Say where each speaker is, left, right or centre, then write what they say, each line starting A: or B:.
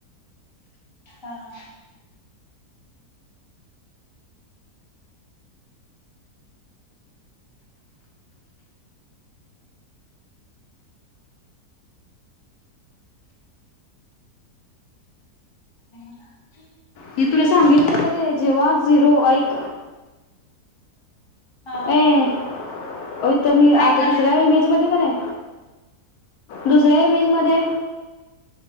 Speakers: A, on the left; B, on the left.
A: हा हा तर
B: हे तुला सांगितलं होत ते जेव्हा झिरो ऐक
A: हा
B: ए अथ तर म
A: ऐकायला
B: आता दुसऱ्या इमेजमध्ये कनी दुसऱ्या इमेज मध्ये